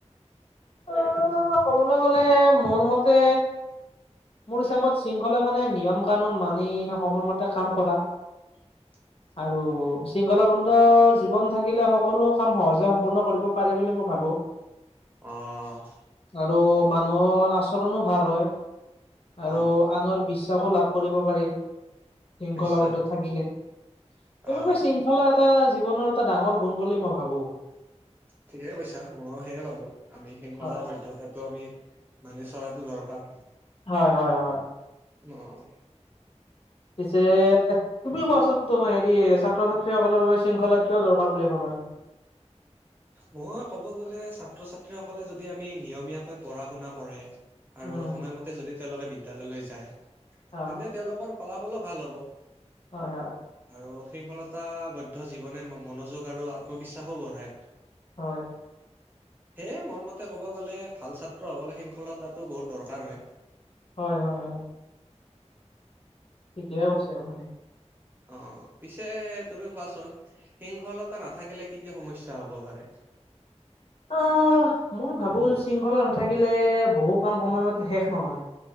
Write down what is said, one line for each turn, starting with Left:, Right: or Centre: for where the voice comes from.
Left: অ', ক'বলৈ গলে মোৰ মতে মোৰ হিচাপত শৃংখলা মানে নিয়ম কানুন মানি সময়মতে কাম কৰা।
Right: হয়।
Left: আৰু শৃংখলাবন্দ জীৱন থাকিলে সকলো কাম সহজে সম্পূৰ্ণ কৰিব পাৰে বুলি মই ভাবোঁ
Right: অঁ
Left: আৰু মানুহৰ আচৰণো ভাল হয় আৰু
Right: অ
Left: আনৰ বিশ্বাসো লাভ কৰে প শৃংখলাবদ্ধত
Right: নিশ্চয়
Left: থাকিলে সব
Right: অ
Left: আচাললে এটা জীৱনৰ এটা ডাঙৰ গুণ বুলি মই ভাবো
Right: ঠিকেই কৈছা ময়ো সেয়ে ভাবোঁ, আমি শৃংখলাৰ
Left: হয়
Right: বৈধ্যতাটো আমি মানি চলটো দৰকাৰ।
Left: হয় হয় হয়
Right: অ',।
Left: পিছে তুমি কোৱাচোন, তোম হেৰি ছাত্ৰ-ছাত্ৰীসকলৰ বাবে শৃংখলা কিয় দৰকাৰ বুলি ভাবা তুমি?
Right: মই ক'ব গ'লে, ছাত্ৰ ছাত্ৰী সকলে যদি আমি নিয়মীয়াকৈ পঢ়া শুনা কৰে আৰু
Left: উম
Right: সময়মতে যদি তেওঁলোকে বিদ্যালয়লৈ যায়,
Left: অ
Right: তেন্তে তেওঁলোকৰ ফলাফলো ভাল হ'ব।
Left: হয় হয়।
Right: আৰু শৃংখলতাবদ্ধ জীৱনে মনোযোগ আৰু আত্মবিশ্বাসো বঢ়ায়।
Left: হয়।
Right: সেয়ে, মোৰ মতে কব গলে, ভাল ছাত্ৰ হবলৈ শৃংখলতাটো বহুত দৰকাৰ হয়।
Left: হয় হয় হয়। ঠিকে কৈছা মানে।
Right: অ', পিছে তুমি কোৱাচোন, শিংখলতা নাথাকিলে কি কি সমস্যা হ'ব পাৰে?
Left: আহ, মই ভাবোঁ, শৃংখলা নাথাকিলে বহু কাম সময়মতে শেষ নহয়।